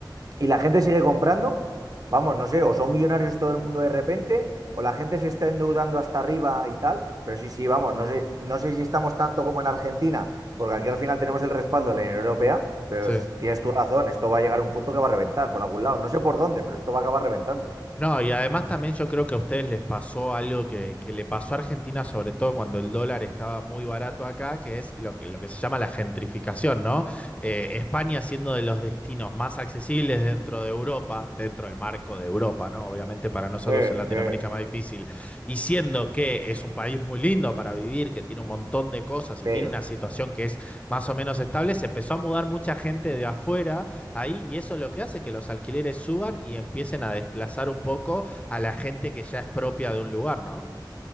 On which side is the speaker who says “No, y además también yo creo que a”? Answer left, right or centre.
Left